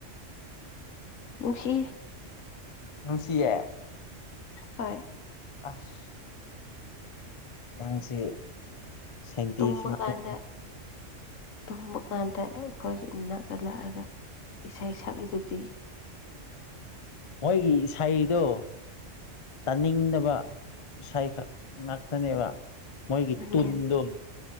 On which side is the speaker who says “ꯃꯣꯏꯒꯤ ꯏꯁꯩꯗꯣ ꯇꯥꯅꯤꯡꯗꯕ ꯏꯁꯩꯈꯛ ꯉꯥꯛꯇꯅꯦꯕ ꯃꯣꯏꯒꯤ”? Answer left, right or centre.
Left